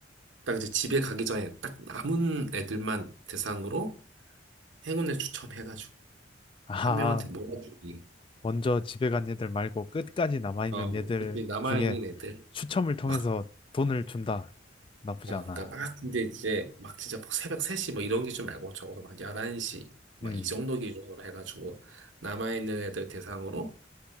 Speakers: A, on the right; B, on the left.
A: 딱 이제 집에 가기 전에 딱 남은 애들만 대상으로 행운을 추첨해가지고,
B: 아,
A: 한 명한테 몰아주기.
B: 먼저 집에 간 얘들 말고 끝까지 남아있는
A: 어,
B: 얘들
A: 특히 남아있는
B: 중에
A: 애들.
B: 추첨을 통해서
A: 막
B: 돈을 준다. 나쁘지
A: 아,
B: 않아.
A: 그러니까 막 근데 이제 막 진짜 막 새벽 3시 뭐 이런 기준 말고 적어도 막 11시 막
B: 음.
A: 이 정도 기준으로 해가지고 남아있는 애들 대상으로